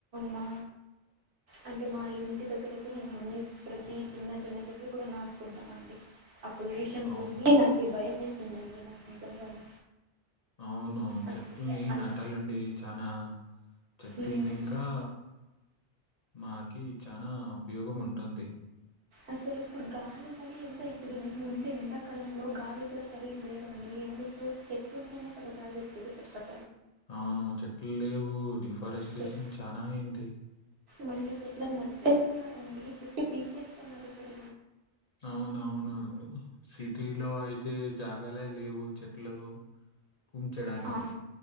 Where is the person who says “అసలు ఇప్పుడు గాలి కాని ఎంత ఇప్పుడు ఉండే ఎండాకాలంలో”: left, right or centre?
Right